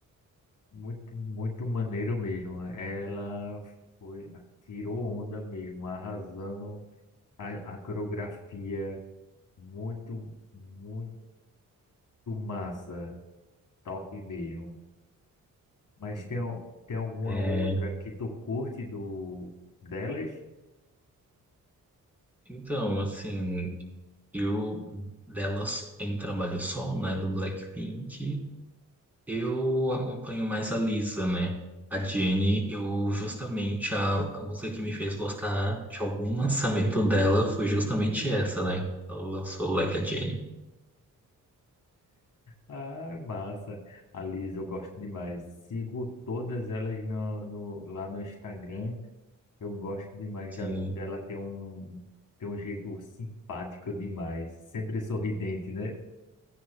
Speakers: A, on the left; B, in the centre.
A: Muito, muito maneiro mesmo. Ela foi, tirou onda mesmo, arrasando a, a coreografia. Muito, muito massa. Top mesmo. Mas
B: <laughs>
A: tem, al- tem alguma
B: É,
A: outra que tu curte do delas?
B: então, assim, eu delas em Trabalho Solo, né, do Blackpink, eu acompanho mais a Lisa, né? A Jennie, eu justamente a, a música que me fez gostar de algum lançamento dela foi justamente essa, né? Ela lançou Like a Jennie.
A: Ah, massa. A Liz, eu gosto demais. Sigo todas elas no, no- lá no Instagram. Eu gosto demais
B: Sim.
A: da Liz. Ela tem um, tem um jeito simpático demais. Sempre sorridente, né?